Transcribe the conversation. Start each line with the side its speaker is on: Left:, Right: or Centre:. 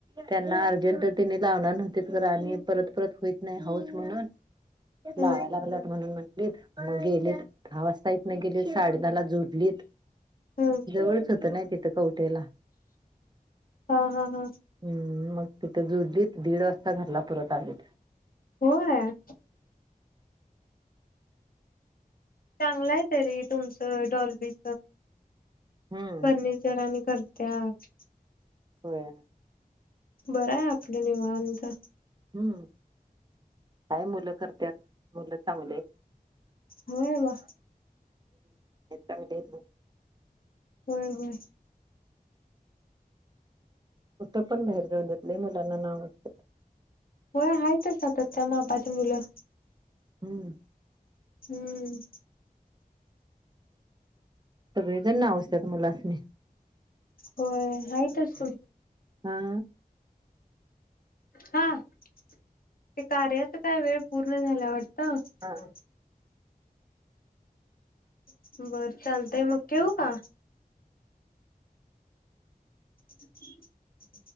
Right: त्यांना अर्जंट त्यांनी लावणार न्हवतीत खर आणि परत परत होईत नाही हौस म्हणून लावा
Left: हम्म
Right: लागल्यात म्हणून म्हटलीत मग गेलीत दहा वाजता इतन गेलीत साडेदाला झोपलीत,
Left: हम्म
Right: जवळच होत नाही तिथं कवठेला.
Left: हा हा हा
Right: हम्म मग तिथ दुद दीद दिड वाज घरला परत चालेत.
Left: हो हाय. चांगलंय तरी तुमचं डॉल्बीच.
Right: हम्म
Left: फर्निचर आणि कर त्यात
Right: होय
Left: बराय आपल निवांत.
Right: हम्म काय मुलं करत्यात, मुलं चांगली येत.
Left: होय बा
Right: चांगली येत
Left: होय, होय.
Right: कुठ पण बाहेर जाऊन देत, लय मुलांना नाव असतय.
Left: हो आहेतच आता, त्या मापाची मुलं.
Right: हम्.
Left: हम्म.
Right: सगळेजण नाव असतात मुलासनी
Left: होय, हायतच सोड.
Right: हा
Left: हा ते कार्याच काय वेळ पूर्ण झाल्या वाटत
Right: हा
Left: ह च बर चालतंय मग ठेऊू का? च